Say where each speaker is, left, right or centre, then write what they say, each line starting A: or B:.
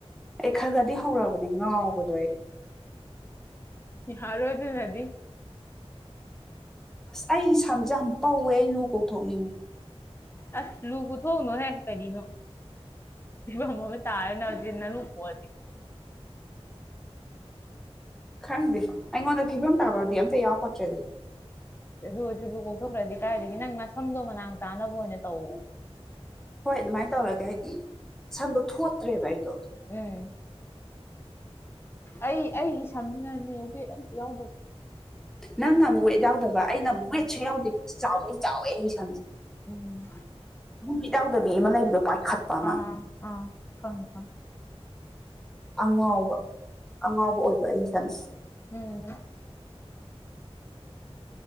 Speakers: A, in the centre; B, on the left.
A: ꯑꯩ ꯈꯔ ꯈꯗꯤ ꯍꯧꯔꯕꯅꯦ ꯉꯥꯎꯕꯗꯣ ꯑꯩ
B: ꯍ ꯔꯣꯏꯖ ꯅꯗꯤ
A: ꯑꯁ ꯑꯩ ꯏꯁ ꯏꯁꯝꯁ ꯌꯥꯝ ꯄꯧꯋꯦ ꯑꯩ ꯂꯨ ꯀꯣꯛꯊꯣꯛꯅꯤꯡꯉꯤ
B: ꯑꯁ ꯂꯨ ꯄꯨꯊꯣꯛꯎꯅꯣꯍꯦ ꯀꯔꯤꯅꯣ ꯃꯃ ꯇꯥꯔꯅ ꯍꯧꯖꯤ ꯅ ꯂꯨꯄꯣꯗꯤ
A: ꯈꯪꯗꯦ ꯑꯩꯉꯣꯟꯗ ꯐꯤꯕꯝ ꯇꯥꯕꯕꯨꯗꯤ ꯑꯝꯇ ꯌꯥꯎ ꯈꯣꯠꯇ꯭ꯔꯦꯗ
B: ꯑꯗꯨ ꯑꯣꯏꯔꯁꯨ ꯂꯨ ꯀꯣꯛꯊꯣꯛꯈ꯭ꯔꯗꯤ ꯀꯥꯏꯗꯒꯤꯦ ꯅꯪ ꯅꯁꯝꯗꯣ ꯃꯅꯥꯛ ꯇꯥꯅꯕ ꯑꯣꯏꯅ ꯇꯧ
A: ꯍꯣꯏ ꯑꯗꯨꯃꯥꯏꯅ ꯇꯧꯔꯒꯦ ꯍꯥꯏꯗꯤ ꯁꯟꯗꯣ ꯊꯣꯠꯇ꯭ꯔꯦꯕ ꯑꯩꯗꯣ
B: ꯎꯝ ꯑꯩ ꯑꯩꯒꯤ ꯁꯝꯖꯤꯅꯅꯦ ꯋꯦꯠ ꯑꯝꯇ ꯌꯥꯎꯗꯕ
A: ꯅꯪꯅ ꯑꯃꯨꯛ ꯋꯦꯠ ꯌꯥꯎꯗꯕ ꯑꯩꯅ ꯑꯃꯨꯛ
B: ꯎꯝ
A: ꯋꯦꯠꯁꯨ ꯌꯥꯎꯗꯦ ꯆꯥꯎꯋ ꯆꯥꯎꯋꯦ ꯑꯩꯒꯤ ꯁꯝꯁꯦ
B: ꯎꯝ
A: ꯋꯦꯠ ꯌꯥꯎꯗꯕꯤ ꯑꯃ ꯂꯩꯕꯗꯣ ꯄꯥꯏꯈꯠꯄ ꯑꯃ
B: ꯑꯥ ꯑꯥ ꯈꯦ ꯀꯦ
A: ꯑꯉꯥꯎꯕ ꯑꯉꯥꯎꯕ ꯑꯣꯏꯕ ꯑꯩ ꯏꯁꯝꯁ
B: ꯎꯝ